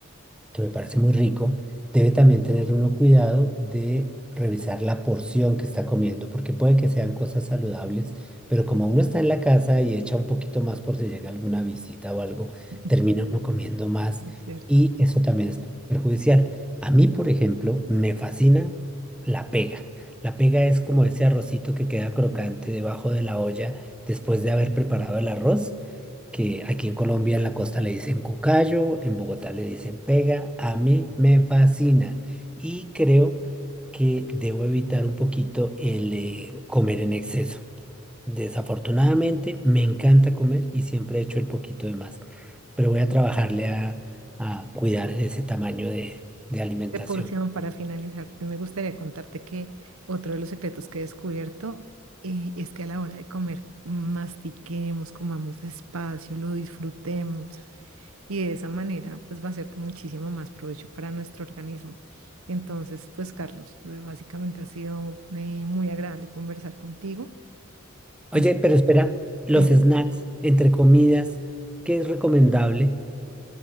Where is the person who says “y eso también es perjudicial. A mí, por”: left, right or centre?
Centre